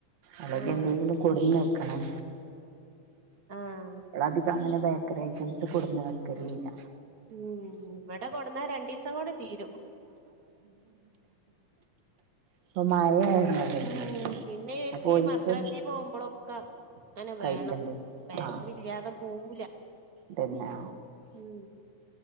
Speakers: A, on the right; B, on the right.
A: അല്ലങ്കി
B: ആഹ്
A: എന്തെങ്കിലും കൊടുന്ന് വെക്കണം
B: ആഹ്
A: ഇള അധികം അങ്ങനെ ബേക്കറി ഐറ്റംസ് കൊടുന്ന് വെക്കല് ഇല്ല!
B: ഉം! ഇവിടെ കൊണ്ടെന്നാ രണ്ടീസം കൊണ്ട് തീരും!
A: ഇപ്പ മഴയാര്ന്നല്ലോ ഇന്ന്!
B: ഉം പിന്നെ ഈക്ക്
A: അപ്പൊ ഒരിക്കും
B: ഈ മദ്രസിൽ പോവുമ്പോളൊക്കെ അങ്ങനെ
A: കഴിക്കണ്ടേ
B: വേണം ബേക്കറി!
A: ആഹ്
B: അറിയാതെ പോവൂല.
A: പിന്നെ
B: ഉം!